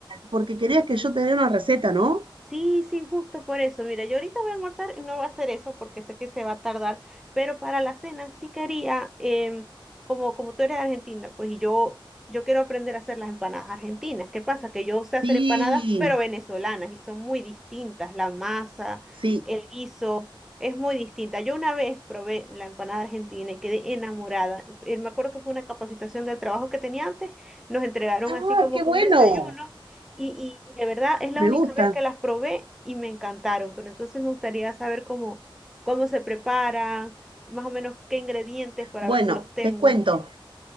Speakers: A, on the right; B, in the centre.
A: porque querías que yo te dé una receta, ¿no?
B: Sí, sí, justo por eso. Mira, yo ahorita voy a almorzar y no voy a hacer eso porque sé que se va a tardar, pero para la cena sí quería, em, como, como tú eres argentina, pues y yo, yo quiero aprender a hacer las empanadas argentinas. ¿Qué pasa? Que yo sé hacer
A: Sí,
B: empanadas, pero venezolanas y son muy distintas. La masa,
A: sí.
B: el guiso, es muy distinta. Yo una vez probé la empanada argentina y quedé enamorada. Eh, Me acuerdo que fue una capacitación del trabajo que tenía antes, nos entregaron
A: Ah,
B: así como
A: qué
B: que
A: bueno.
B: un desayuno. Y, y- y de verdad es la
A: Me
B: única
A: gustan.
B: vez que las probé y me encantaron, pero entonces me gustaría saber cómo, cómo se preparan, más o menos qué ingredientes para
A: Bueno,
B: ver si los tengo.
A: te cuento.